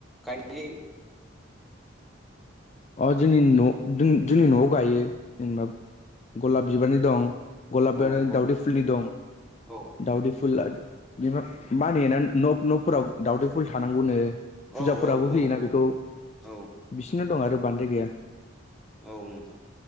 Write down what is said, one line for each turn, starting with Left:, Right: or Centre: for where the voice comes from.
Centre: गायनाय
Left: अ जोंनि न' जोंनि जोंनि न'आव गायो जेनबा गलाब बिबारनि दं गलाब
Centre: औ
Left: आरो
Centre: औ
Left: दावदै फुलनि दं
Centre: औ
Left: दावदै फुल <unintelligible> मानेनान न' न'फोराव दावदै फुल थानांगौनो फुजाफोरावबो
Centre: औ औ औ
Left: होयोना बेखौ
Centre: औ औ
Left: बिसिनो दं आरो बांद्राय गैया।
Centre: औ नोंथां।